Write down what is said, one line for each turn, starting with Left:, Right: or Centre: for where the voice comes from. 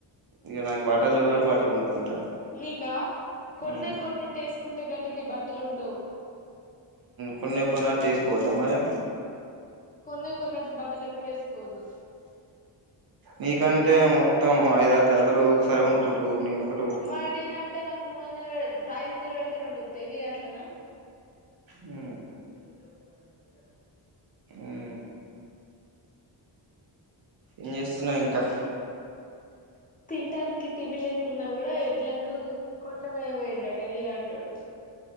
Right: ఇగ నాకు బట్టలు <unintelligible> బట్టలు కొనుక్కుంటా
Left: నీఘ కొన్న
Right: మ్మ్
Left: కొన్న టేసుకుంటే గట్టిని బట్టలు ఉండవు
Right: కొన్ని కొన్నటే ఎసుకోవద్దా మరి
Left: కొన్న కొన్నట్టు బట్టలు ఎప్పుడు ఎసుకోవద్దు
Right: నీకంటే మొత్తం ఐదారు జతలు ఒకసారి కోన్ కుంటవు <unintelligible>
Left: మరి నేనంటే నాకు మూడు వందలు ఐదు వందలు పెడితే రెండు వస్తాయి నీది అట్లన
Right: ఉ
Left: ఎద పోమ అడింట
Right: మ్మ్ ఏం చేస్తున్నావ్ ఇంకా
Left: తినానికి తిండి లేకున్నా కూడా ఎడ్లకు కొట్టవయ పోయిడట నీలంటోడు